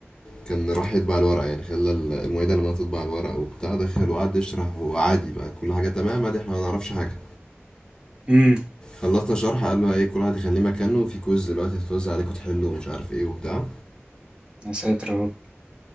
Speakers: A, on the left; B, on the right.
A: كان راح يطبع الورق يعني خلى ال- المعيدة لما تطبع الورق وبتاع دخل وقعد يشرح وعادي بقى كل حاجة تمام عادي احنا ما نعرفش حاجة
B: امم
A: خلصنا شرح قالوا ايه كل واحد يخليه مكانه وفي كويز دلوقتي هتوزع عليكم تحلوا ومش عارف ايه وبتاع
B: يا ساتر يا رب